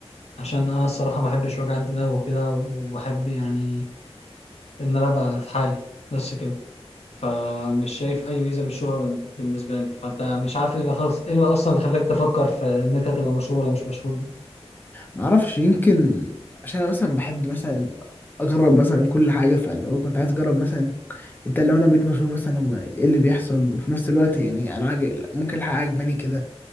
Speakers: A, on the left (about 70°); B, on the left (about 20°).
A: عشان أنا الصراحة ما بحبش وجع الدماغ وكده وبحب يعني إن أنا أبقى في حالي بس كده فمش شايف أي ميزة من الشهرة بال- بالنسبة لي فأنت مش عارف إيه اللي خلص إيه اللي أصلا خلاك تفكر في إن أنت تبقى مشهور ولا مش مشهور دي
B: معرفش يمكن عشان أنا مثلا بحب مثلا أجرب مثلا كل حاجة فاللي هو كنت عايز أجرب مثلا انت لو انا بقيت مسؤول مثلا هم ايه اللي بيحصل وفي نفس الوقت يعني انا عاجل ممكن الحق عجباني كده